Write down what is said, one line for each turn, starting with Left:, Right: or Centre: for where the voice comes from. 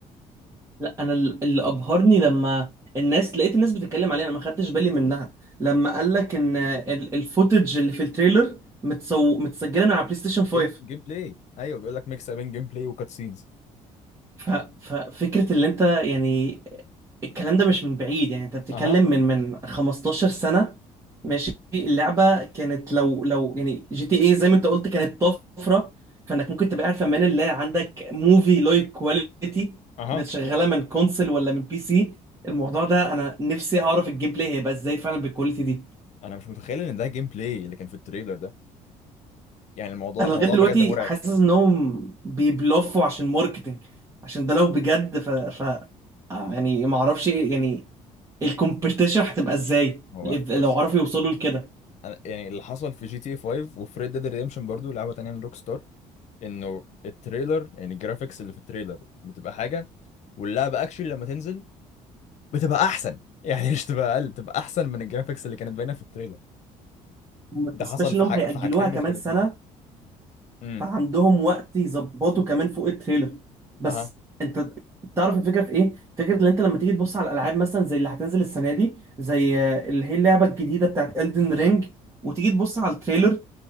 Right: لا انا ال- اللي
Left: كانت
Right: ابهرني لما الناس لقيت الناس بتتكلم عليه انا ما خدتش بالي منها لما قال لك ان ال- الفوتج اللي في التريلر متسو... متسجله من على بلاي ستيشن 5
Left: جيم جيم بلاي ايوه بيقول لك ميكس بين جيم بلاي وكات سينز
Right: ف... ففكرة اللي انت يعني الكلام ده مش من بعيد يعني انت بتتكلم
Left: اها
Right: من من 15 سنة ماشي اللعبة كانت لو لو يعني جي تي ايه زي ما انت قلت كانت طفرة فانك ممكن تبقى قاعد في امان الله عندك موفي لايك كواليتي
Left: اها
Right: شغالة من كونسل ولا من بي سي الموضوع ده انا نفسي اعرف الجيم بلاي هيبقى ازاي فعلا بالكواليتي دي
Left: انا مش متخيل ان ده جيم بلاي اللي كان في التريلر ده يعني الموضوع
Right: انا
Left: الموضوع
Right: لغاية دلوقتي
Left: بجد مرعب
Right: حاسس انهم بيبلفوا عشان ماركتينج عشان ده لو بجد ف... ف... آه، يعني ما اعرفش ايه يعني الكومبيتيشن هتبقى ازاي
Left: هو
Right: لو
Left: بص
Right: عرفوا يوصلوا لكده
Left: انا يعني اللي حصل في جي تي اي 5 وفي ريد ديد ريديمشن برضو لعبة تانية من روك ستار انه التريلر يعني الجرافيكس اللي في التريلر بتبقى حاجه واللعبه اكشلي لما تنزل بتبقى احسن <laughs> يعني مش تبقى اقل بتبقى احسن من الجرافيكس اللي كانت باينه في التريلر
Right: وما
Left: ده
Right: تنساش
Left: حصل
Right: انهم
Left: في حاج...
Right: هيأجلوها
Left: في حاجتين
Right: كمان
Left: مختلفين
Right: سنة
Left: امم
Right: فعندهم وقت يظبطوا كمان فوق التريلر بس
Left: اها
Right: انت تعرف الفكرة في ايه؟ فكرة ان انت لما تيجي تبص على الالعاب مثلا زي اللي هتنزل السنة دي زي آه، اللي هي اللعبة الجديدة بتاعت Elden Ring وتيجي تبص على التريلر